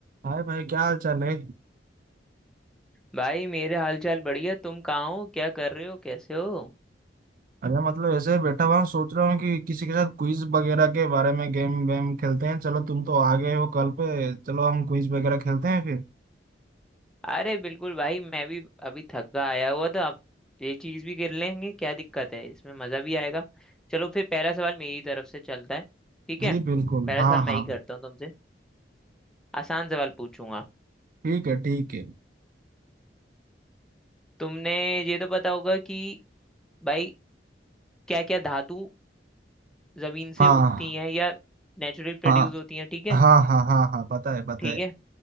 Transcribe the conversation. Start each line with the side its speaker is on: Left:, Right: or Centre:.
Right: हाय भाई क्या हाल चाल है
Centre: भाई मेरे हालचाल बढ़िया तुम कहाँ हो क्या कर रहे हो कैसे हो
Right: अरे मतलब ऐसे बैठा हुआ हूँ सोच रहा हूँ कि किसी के साथ क्विज वगैरह के बारे में गेम वेम खेलते हैं चलो तुम तो आ गए हो कल पे चलो हम क्विज वगैरह खेलते हैं फिर
Centre: अरे बिल्कुल भाई मैं भी अभी थका आया हुआ था आप ये चीज भी कर लेंगे क्या दिक्कत है इसमें मजा भी आएगा चलो फिर पहला सवाल मेरी तरफ से चलता है ठीक है
Right: जी बिल्कुल
Centre: पहला
Right: हाँ
Centre: सवाल मैं
Right: हाँ
Centre: ही करता हूँ तुमसे आसान सवाल पूछूंगा
Right: ठीक है ठीक है
Centre: तुमने ये तो पता होगा कि भाई क्या क्या धातु जमीन से
Right: हाँ
Centre: उगती हैं या नेचुरली प्रोड्यूस
Right: हाँ
Centre: होती हैं ठीक है
Right: हाँ हाँ हाँ हाँ पता है पता
Centre: ठीक
Right: है
Centre: है